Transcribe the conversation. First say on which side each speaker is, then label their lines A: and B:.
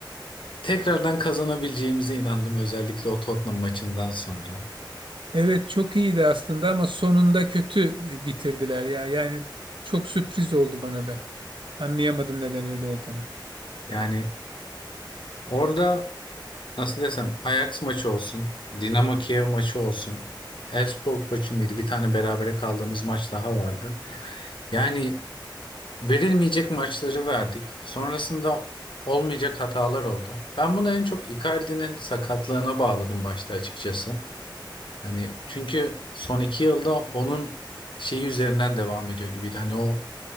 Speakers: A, on the left; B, on the right.
A: tekrardan kazanabileceğimize inandım özellikle o Tottenham maçından sonra.
B: Evet çok iyiydi aslında ama sonunda kötü e, bitirdiler ya. Yani çok sürpriz oldu bana da. Anlayamadım neden öyle olduğunu.
A: Yani orada nasıl desem Ajax maçı olsun, Dinamo Kiev maçı olsun, Elfsborg maçı mıydı? Bir tane berabere kaldığımız maç daha vardı. Yani Verilmeyecek maçları verdik. Sonrasında olmayacak hatalar oldu. Ben bunu en çok Icardi'nin sakatlığına bağladım başta açıkçası. Hani çünkü son iki yılda onun şeyi üzerinden devam ediyor gibiydi. Hani o